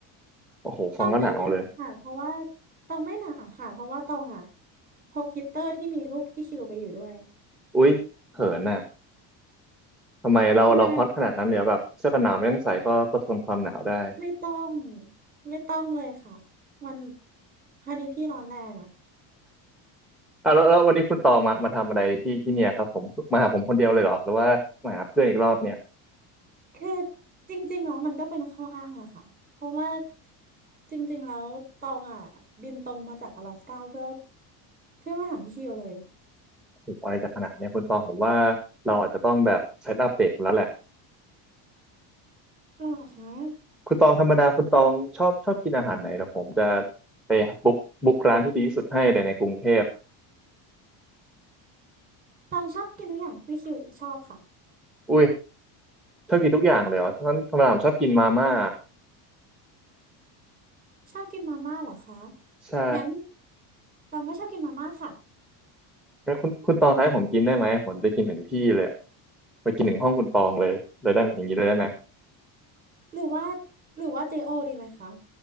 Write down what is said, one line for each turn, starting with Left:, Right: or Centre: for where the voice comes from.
Centre: โอ้โหฟังก็หนาวเลย
Right: ตองไม่หนาวค่ะเพราะว่าตองไม่หนาวค่ะเพราะว่าตองอ่ะพกฮีตเตอร์ที่มีรูปพี่คิวไปอยู่ด้วย
Centre: อุ๊ยเขินน่ะทำไมเราเราฮอตขนาดนั้นเนี่ยแบบเสื้อกันหนาวไม่ต้องใส่ก็ก็ทนความหนาวได้
Right: ใช่ไม่ต้องไม่ต้องเลยค่ะมันพอดีพี่ร้อนแรงอ่ะ
Centre: อ่ะแล้วแล้ววันนี้คุณตองมามาทำอะไรที่ที่เนี่ยครับผมมาหาผมคนเดียวเลยเหรอหรือว่ามาหาเพื่อนอีกรอบเนี่ย
Right: คือจริงๆแล้วมันก็เป็นข้ออ้างอะค่ะเพราะว่าจริงๆแล้วตองอะบินตรงมาจากอลาสก้าเพื่อเพื่อมาหาพี่คิวเลย
Centre: โอ้โหอะไรจะขนาดเนี้ยคุณตองผมว่าเราอาจจะต้องแบบเซตอัปเดตแล้วแหละ
Right: หรอคะ
Centre: คุณตองธรรมดาคุณตองชอบชอบกินอาหารไหนเดี๋ยวผมจะไปบุ๊กบุ๊กร้านที่ดีที่สุดให้เลยในกรุงเทพ
Right: ตองชอบกินทุกอย่างที่พี่คิวชอบค่ะ
Centre: อุ้ยชอบกินทุกอย่างเลยเหรอท่านธรรมดาผมชอบกินมาม่า
Right: ชอบกินมาม่าเหรอคะ
Centre: ใช่
Right: งั้นตองก็ชอบกินมาม่าค่ะ
Centre: แล้วคุณคุณตองท้ายผมกินได้ไหมผมจะไปกินถึงที่เลยอะไปกินถึงห้องคุณตองเลยเลยได้ไหมอย่างนี้เลยได้ไหม
Right: หรือว่าหรือว่าเจโอดีไหมคะ